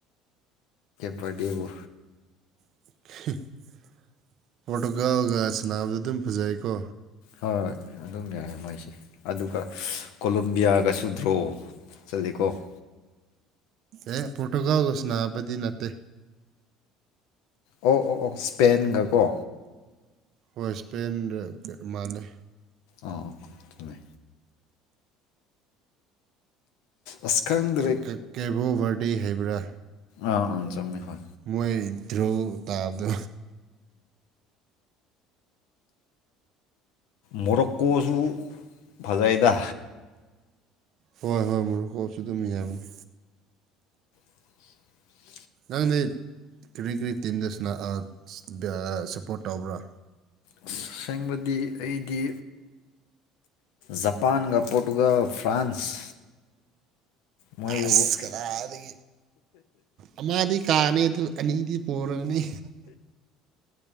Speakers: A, on the left; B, on the right.
A: ꯕꯔꯗꯦꯕꯨ
B: <inaudible> ꯄꯣꯔꯇꯨꯒꯜꯒ ꯁꯥꯟꯅꯕꯗꯨ ꯑꯗꯨꯝ ꯐꯖꯩꯀꯣ
A: ꯍꯣꯏ ꯑꯗꯨꯝ ꯌꯥꯏꯌꯦ ꯃꯥꯏꯁꯦ ꯑꯗꯨꯒ ꯀꯣꯂꯣꯕꯤꯌꯥꯒꯁꯨꯨ ꯗ꯭ꯔꯣ ꯆꯠꯂꯦꯀꯣ <inaudible>
B: ꯑꯦ ꯄ꯭ꯔꯣꯇꯣꯒꯜꯒ ꯁꯅꯥꯕꯗꯤ ꯅꯠꯇꯦ
A: ꯑꯣ ꯑꯣ ꯑꯣ ꯁ꯭ꯄꯦꯟꯒꯀꯣ
B: ꯍꯣꯏ ꯁ꯭ꯄꯦꯟꯔ ꯃꯥꯜꯂꯦ
A: ꯑꯥ ꯊꯃꯦ ꯑꯁ ꯈꯪꯗ꯭ꯔꯦ
B: ꯀꯦꯀꯦ ꯀꯦ ꯀꯦ ꯕꯣꯚꯔꯗꯦ ꯍꯩꯕ꯭ꯔ
A: ꯑꯥ ꯑꯥ ꯆꯨꯝꯃꯦ ꯍꯣꯏ
B: ꯃꯣꯏ ꯗ꯭ꯔꯣ ꯇꯥꯕꯗꯣ
A: ꯃꯣꯔꯣꯛꯀꯣꯁꯨ ꯐꯖꯩꯗ
B: ꯍꯣꯏ ꯍꯣꯏ ꯃꯨꯔꯣꯀꯣꯁꯨ ꯑꯗꯨꯝ ꯌꯥꯕꯅꯦ
A: <inaudible>
B: ꯅꯪꯗꯤ ꯀ꯭ꯔꯤ ꯀꯔꯤ ꯇꯤꯝꯗ ꯁꯥꯅ ꯑꯥ ꯗ ꯁꯞꯄꯣꯔꯠ ꯇꯧꯕ꯭ꯔꯥ
A: ꯑꯁꯦꯡꯕꯗꯤ ꯑꯩꯗꯤ ꯖꯄꯥꯟꯒ ꯄꯣꯔꯇꯨꯒꯜ ꯐ꯭ꯔꯥꯟꯁ ꯃꯣꯏꯕꯨ
B: ꯑꯁ ꯀꯗꯥꯏꯗꯒꯤ ꯑꯃꯥꯗꯤ ꯀꯥꯅꯤ ꯑꯗꯨ ꯑꯅꯤꯗꯤ ꯄꯣꯔꯅꯤ